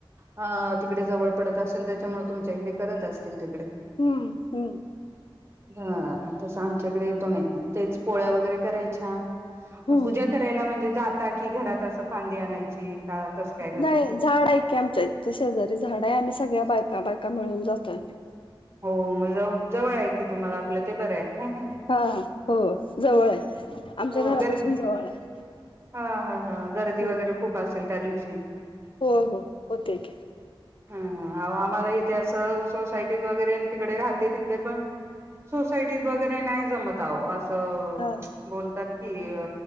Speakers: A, on the right (about 25°); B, on the left (about 70°).
A: ह तिकडे जवळ पडत असेल त्याच्यामुळे तुमच्या इकडे करत असतील तिकडे.
B: हम्म हम्.
A: हा तस आमच्याकडे येतो नाही तेच पोळ्या वगैरे करायच्या
B: हम्म
A: पूजा करायला म्हणजे जाता कि घरात असं फांदी आणायची का तसं काय करताय?
B: नाही झाड आहे की आमच्या इथ शेजारी झाड आहे आम्ही सगळ्या बायका बायका मिळून जातोयम्ही.
A: हो जवळ आहे की तुम्हाला आपलं ते बरं आहे.
B: हा हो जवळ आहे आमच्या
A: हो
B: घरापासून
A: गर्दी
B: जवळ आहे.
A: हा हा हा गर्दी
B: हम्म
A: वगैरे खूप असेल त्या दिवशी.
B: हो हो होत की
A: हा आम्हाला इथे अस सोसायटी वगैरे तिकडे राहते तिकडे पण सोसायटीत वगैरे नाही जमत आव आह असं
B: हा
A: बोल ात की अ